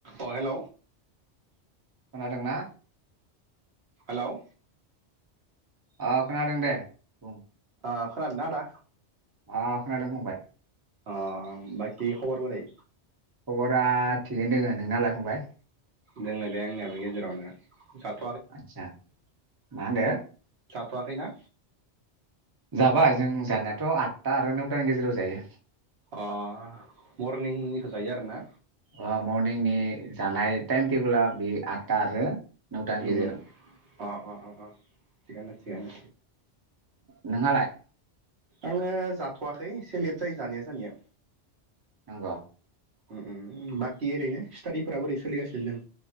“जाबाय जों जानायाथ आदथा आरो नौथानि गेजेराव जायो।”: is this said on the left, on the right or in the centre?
Right